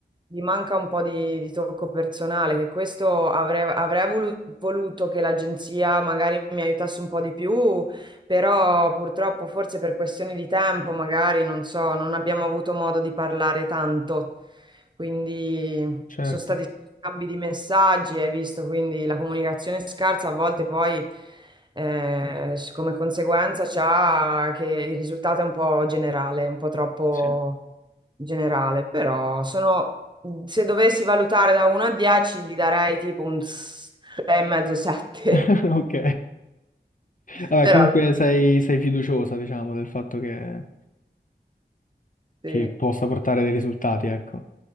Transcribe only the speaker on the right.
Gli manca un po' di, di tocco personale, che questo avrei, avrei volu- voluto che l'agenzia magari mi aiutasse un po' di più, però purtroppo forse per questioni di tempo, magari, non so, non abbiamo avuto modo di parlare tanto. Quindi
sono stati scambi di messaggi, hai visto, quindi la comunicazione scarsa a volte poi eh, come conseguenza c'ha che il risultato è un po' generale, un po' troppo
generale, però sono Mm. se dovessi valutare da 1 a 10, gli darei tipo un 6,5, 7.
<laughs>
Però
sì,